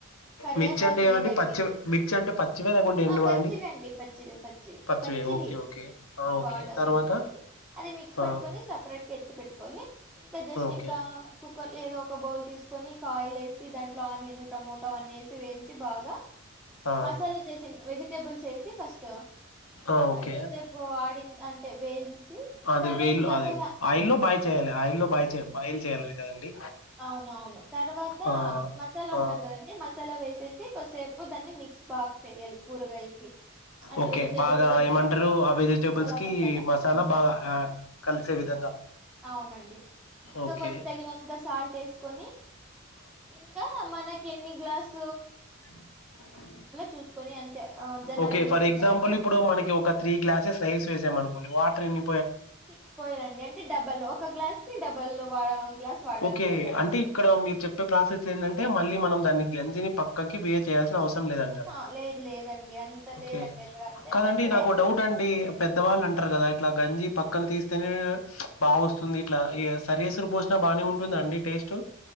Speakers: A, in the centre; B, on the left.
A: కరివేపాకు
B: మిర్చి అంటే ఏమండి
A: లేదండి
B: పచ్చి మిర్చి అంటే పచ్చివే లేకుంటే ఎండువా
A: ఆ పచ్చివ అండి పచ్చివి పచ్చివి
B: పచ్చివే
A: పచ్చి
B: ఓకే ఓకే ఆ ఓకే
A: బాగుండి
B: తర్వాత
A: దానికి అది మిక్స్ పట్టుకని
B: ఆ
A: సపరేట్ ఎ పెట్టు ఇంట్
B: ఓకే
A: ఇం లేదో ఒక బౌల్ తీసుకొని ఇంకా ఆయిల్ వేసి దాంట్లో ఆనియన్ టమోటో అన్న వసి వేయించి బాగా
B: ఆ
A: మసాలా చేసి వెజిటేబుల్స్ వేసి ఫస్ట్
B: ఆ ఓకే
A: కొద్దిసేపు ఆడి అంటే వేయించి
B: అది
A: తర్వాత
B: వేల్
A: మసాలా
B: అది ఆయిల్లో బాయ్
A: మసాల
B: చేయాలి ఆయలో బయ బయల్ చేయాలి కదండి
A: అవున అవును తర్వాత
B: ఆ
A: మసాలా
B: ఆ
A: ఉంటది కదంీ మస మసాలా వేసేసి కాసేపు దాన్ని మిక్స్ బాక్ చేయాలి కూరగాయలకి అంటే
B: ఓకే
A: వెజిటేబుల్స్
B: బాగా
A: వేసిండు
B: ఏమంటారు
A: కదా
B: ఆ వెజిటేబుల్స్
A: మసాలా
B: కి
A: పట్టాల
B: మసాలా
A: ఆ
B: బాగా కలిసే విధంగా
A: అవునండి ఇంకా
B: ఓకే
A: కొంత తగినంత సాల్ట్ వేసుకొని ఇంకా మనకి ఎన్ని గలాస్
B: అ
A: చూసుకొని అంటే జనాలని
B: ఓకే ఫర్
A: బట్టి
B: ఎగ్జాంపుల్
A: కదండి
B: ఇప్పుడు మనకి ఒక త్రీ గ్లాసెస్ అ వేసామనుకోం వాటర్న్ని
A: సిక్స్ పోయాలండి అంటే డబల్ ఒక గ్లాస్ కి డబల్ గ్లాస్ వాటర్
B: ఓకే
A: పోయాలండి
B: అంటే ఇక్కడ మీరు చెప్పే ప్రాసెస్ ఏంటంటే మళ్ళీ మనం దాన్ని గంజిని పక్కకి వే చేయాల్సి అవసరం లేదంటారు
A: ఆహా లేదు లేదండి అంత
B: ఓకే
A: లేదండి అక్కడ అంటే
B: కాదండి
A: అక్కడే
B: నాకు డౌట్ అండి పెద్దవాళ అంటారు కదా ఇట్లా గంజీ పక్కన తీస్తేనే బా వస్తుంది ఇట్లా ఈ సరియాసురు పోసిన బాగానే ఉంటుందండి టేస్ట్